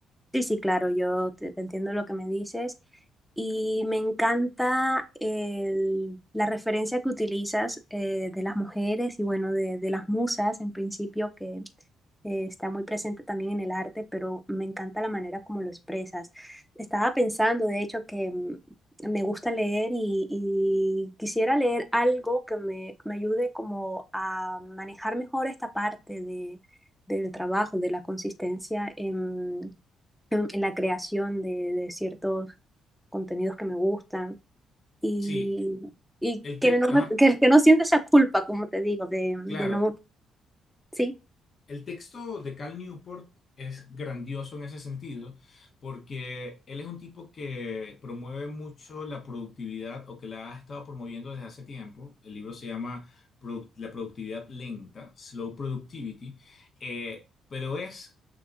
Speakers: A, in the centre; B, on the left.
A: Sí, sí, claro, yo te, te entiendo lo que me dices y me encanta el- la referencia que utilizas eh, de las mujeres y bueno, de, de las musas en principio, que eh, está muy presente también en el arte, pero me encanta la manera como lo expresas. Estaba pensando, de hecho, que mm, me gusta leer y, y quisiera leer algo que me, me ayude como a manejar mejor esta parte de del trabajo, de la consistencia en en, en la creación de, de ciertos contenidos que me gustan y,
B: Sí,
A: y
B: el
A: que,
B: tec,
A: no me-
B: ajá,
A: que, que no siente esa culpa, como te digo, de,
B: claro.
A: de no, sí,
B: El texto de Cal Newport es grandioso en ese sentido, porque él es un tipo que promueve mucho la productividad o que la ha estado promoviendo desde hace tiempo. El libro se llama Produc- La productividad lenta, Slow Productivity, eh, pero es